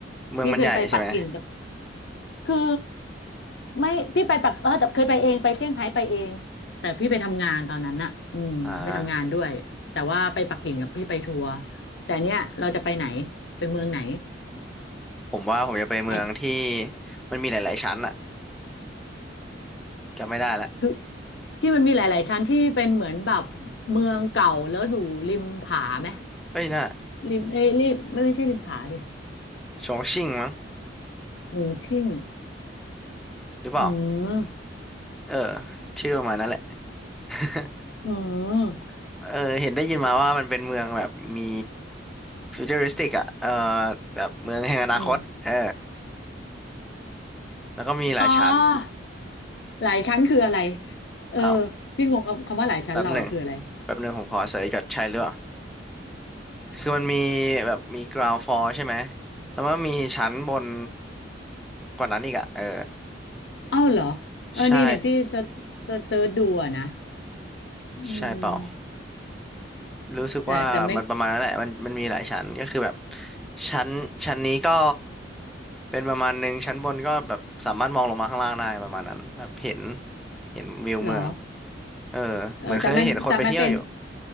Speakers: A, in the centre; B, on the left (about 65°).
A: เมืองมันใหญ่ใช่ไหม
B: พี่เคยไปปักกิ่ง คือไม่พี่ไปปักเออแต่เคยไปเองไปเซี่ยงไฮ้ไปเองแต่พี่ไปทำงานตอนนั้นน่ะอืมไปทำงานด้วยแต่ว่าไปปักกิ่งกับพี่ไปทัวร์
A: อ่า
B: แต่เนี้ยเราจะไปไหนไปเมืองไหน
A: ผมว่าผมจะไปเมืองที่
B: แต่
A: มันมีหลายๆชั้นอะจำไม่ได้ละ
B: คือที่มันมีหลายๆชั้นที่เป็นเหมือนแบบเมืองเก่าแล้วอยู่ริมผาไหม
A: เอ้ยน่ะ
B: ริมเอ้ยริมไม่ไม่ใช่ริมผาดิ
A: ชงชิ่งมั้ง
B: ตรงชิ่ง
A: หรือเปล่า
B: อืม
A: เออชื่อประมาณนั้นแหละ <laughs>
B: อืม
A: เออเห็นได้ยินมาว่ามันเป็นเมืองแบบมีฟิวเจอริสติกอะเออแบบเมืองแห่งอนาคตเออ
B: อืม
A: แล้วก็มีหลายชั้น
B: อ๋อหลายชั้นคืออะไรเออ
A: อ้าว
B: พี่งงคำคำว่าหลายชั้นเราอะคืออะไร
A: แป๊บหนึ่งแป๊บหนึ่งผมขอเสิร์ชก่อนใช่หรือเปล่าคือมันมีแบบมี ground floor ใช่ไหมแล้วมันก็มีชั้นบนกว่านั้นอีกอะเออ
B: เอ้าเหรอเออนี่เนี่ยพี่เซิร์ชเซิร์ชเซิร์ชดูอะนะ
A: ใช่
B: อืม
A: ใช่เปล่า รู้สึกว่ามันประมาณนั้นแหละมันมันมีหลายชั้นก็คือแบบ
B: แต่แต่ไม่
A: ชั้นชั้นนี้ก็เป็นประมาณหนึ่งชั้นบนก็แบบสามารถมองลงมาข้างล่างได้ประมาณนั้นแบบเห็นเห็นวิวเมือง
B: เหรอ
A: เออเหมือนเคยเห็นคนไปเที่ยวอยู่
B: เออแต่มันแต่มันเป็น